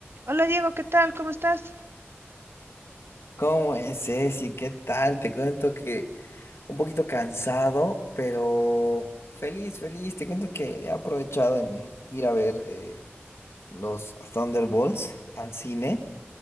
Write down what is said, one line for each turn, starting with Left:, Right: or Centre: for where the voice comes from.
Right: Hola Diego, ¿qué tal? ¿Cómo estás?
Left: ¿Cómo es, Ceci? ¿Qué tal? Te cuento que un poquito cansado, pero feliz, feliz. Te cuento que he aprovechado en ir a ver eh, los Thunderbolts al cine